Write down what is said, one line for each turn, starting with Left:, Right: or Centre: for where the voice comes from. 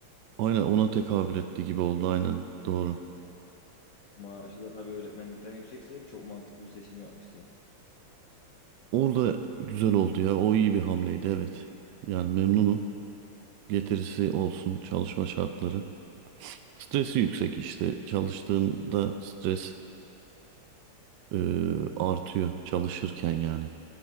Right: Aynen ona tekabül etti gibi oldu aynen doğru.
Left: Maaşı da tabii öğretmenlikten yüksekse çok mantıklı bir seçim yapmışsınız.
Right: Orada güzel oldu ya. O iyi bir hamleydi evet. Yani memnunum. Getirisi olsun çalışma şartları. Stresi yüksek işte. Çalıştığında stres e, artıyor çalışırken yani.